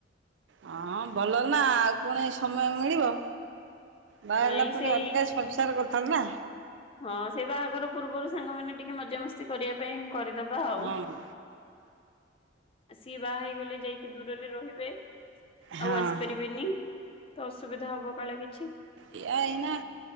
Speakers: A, on the right; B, on the left.
A: ହଁଁ ଭଲ ନା ଆଉ ପୁଣି ସମୟ ମିଳିବ। ବାହା ହେଲା
B: ନାଇଁ
A: ପରେ
B: ସେଇ
A: ଅଲଗା ସଂସାର କରିଥାନ୍ତି ନା।
B: ହଁ ସେଇ ବାହାଘର ପୂର୍ବରୁ ସାଙ୍ଗମାନେ ଟିକେ ମଜାମସ୍ତି କରିବା ପାଇଁ କରିଦବା ଆଉ।
A: ହଁ
B: ସିଏ ବାହା ହେଇଗଲେ ଯାଇକି ଦୂରରେ ରହିବେ।
A: ହଁ
B: ଆଉ ଆସି ପାରିବେନି ତ। ଅସୁବିଧା ହବ କାଳେ କିଛି।
A: ଯା ଏଇନା